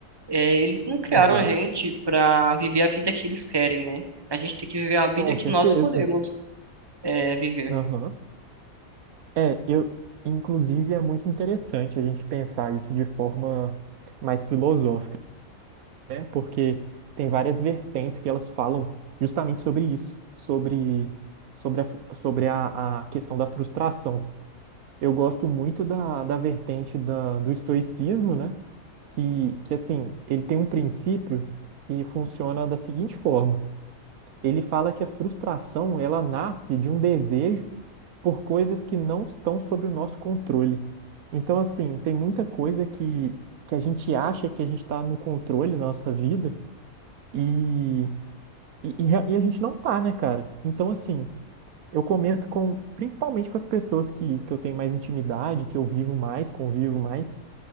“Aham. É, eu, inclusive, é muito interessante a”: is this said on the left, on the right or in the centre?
Right